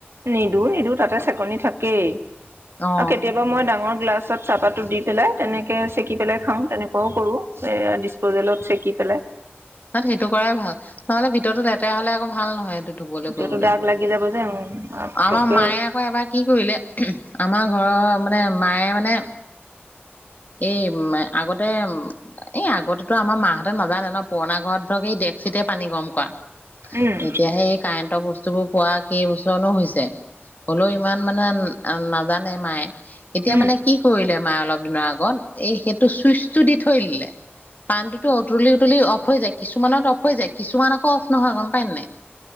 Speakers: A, on the right; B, on the left.
A: নিদো নিদো তাতে চেকনি থাকেই
B: অ
A: আৰু কেতিয়াবা মই ডাঙৰ গ্লাছত চাহপাতটো দি পেলাই তেনেকৈ চেকি পেলাই খাওঁ তেনেকোৱাও কৰোঁ এ ডিচপজেলত চেকি পেলাই
B: ত সেইটো কৰাই ভাল নহ'লে ভিতৰতো লেতেৰা হ'লে আকৌ ভাল নহয় ধুবলৈ
A: এতিয়াতো
B: কৰিবলৈ
A: দাগ লাগি যাব যে পতককে
B: আমাৰ মায়ে আকৌ এবাৰ কি কৰিলে আমাৰ ঘৰৰ মানে মায়ে মানে। এই আগতে এই আগতেতো আমাৰ মাহঁতে নাজানে ন পুৰণা ঘৰত ধৰক এই ডেকচিতে পানী গৰম কৰা।
A: উম
B: এতিয়াহে এই কাৰেণ্টৰ বস্তুবোৰ পোৱা কেইবছৰনো হৈছে? হলেও ইমান মানে নাজানে মায়ে এতিয়া
A: উম
B: মানে কি কৰিলে। মা অলপ। দিনৰ আগত এই সেইটো চুইচ টো দি থৈ দিলে পান টোতো উতলি উতলি অফ হৈ যায়। কিছুমানত অফ হৈ যায়। কিছুমান আকৌ অফ নহয় গম পায় নে নাই।